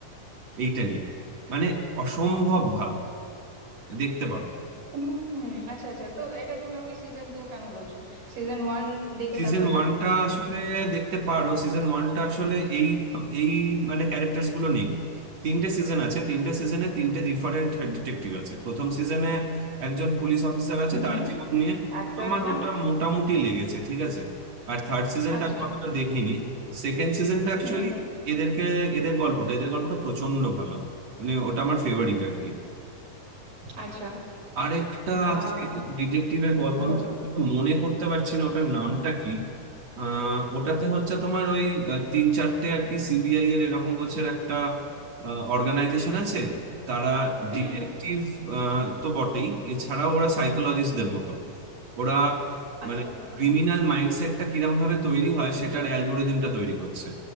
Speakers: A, on the right; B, on the right.
A: এইটা নিয়ে মানে অসম্ভব ভালো দেখতে পারো
B: হুম হুম, আচ্ছা আচ্ছা তো এটা তুমি আমাকে সিজন টু কেন বলছো সিজন ওয়ান দেখে
A: সিজন
B: তারপরে
A: ওয়ানটা
B: তো টু দেখবো
A: আসলে দেখতে পারো সিজন ওয়ানটা আসলে এই এই মানে ক্যারেক্টার্স গুলো নেই তিনটে সিজন আছে তিনটে সিজনে তিনটে ডিফারেন্ট ডিটেকটিভ আছে প্রথম সিজনে একজন পুলিশ অফিসার আছে
B: হুম
A: তার জীবন নিয়ে
B: আচ্ছা
A: আমার
B: আচ্ছা
A: ওটা মোটামুটি লেগেছে ঠিক আছে আর থার্ড সিজনটা
B: আচ্ছা
A: আমি অতটা দেখিনি সেকেন্ড সিজনটা অ্যাকচুয়ালি
B: হুম
A: এদেরকে এদের গল্পটা এদের গল্পটা প্রচন্ড ভালো মানে ওটা আমার ফেভারিট আর কি
B: আচ্ছা
A: আরেকটা
B: আহ
A: আছে ডিটেকটিভের গল্প আমি
B: বলো
A: ঠিক মনে করতে পারছি না ওটার নামটা কি আহ ওটাতে হচ্ছে তোমার ওই আহ, তিন চারটে আর কি সিবিআই এর এরকম গোছের একটা অর্গানাইজেশন আছে তারা
B: হুম
A: ডিটেকটিভ তো বটেই এছাড়া ওরা সাইকোলজিস্টদের মতো ওরা
B: আচ্ছা
A: মানে
B: আচ্ছা
A: ক্রিমিনাল মাইন্ডসেটটা কিরম ভাবে তৈরি হয় সেটার অ্যালগোরিদমটা তৈরি করছে